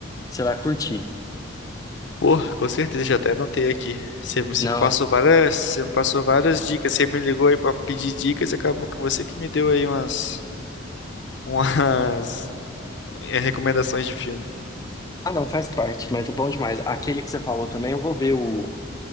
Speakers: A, on the left; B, on the left.
A: você vai curtir.
B: Pô, com certeza, já até anotei aqui. Você, me você
A: Não,
B: me passou várias, você me passou várias dicas. Você me ligou aí pra pedir dicas e acabou que você que me deu aí umas, umas <laughs> eh, recomendações de filme.
A: Ah, não, faz parte, mas é bom demais. Aquele que você falou também, eu vou ver o.